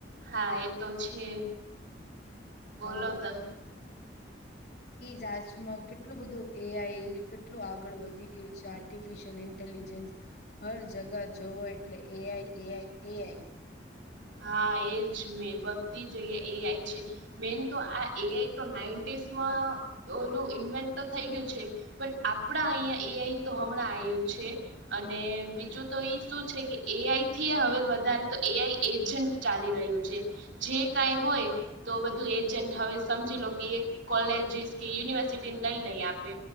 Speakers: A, on the right (about 85°); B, on the left (about 55°).
A: હા એ તો છે. બોલો
B: હા.
A: તો
B: જચમાં કેટલું બધું એઆઈ કેટલું આગળ વધી ગયું છે. ર્ટિફિશયલ ઇન્ટેલિજન્સ હર જગા જોવો એટલે એ આઈ, એ આઈ, એ આઈ.
A: હા એજ મેં બધી જગ્યા એ આય છે. મેન તો આ એઆઈ તો નાઇન્ટીસમાં ઓલું ઇન્વેન્ટ તો થઈ ગયું છે. પણ આપણા અહિયાં યા એઆઈ તો હમણાં આયુ છે. અને બીજું તો એ શું છે. કે એ આઈથી હવે વધારે તો એઆઈ એજન્ટ ચાલી રહ્યું છે. જે કઈ હોય તો બધું એજન્ટ હવે સમજી લો કે એક કોલેજીસ કે યુનિવર્સિટીને લઈ લઈ આપે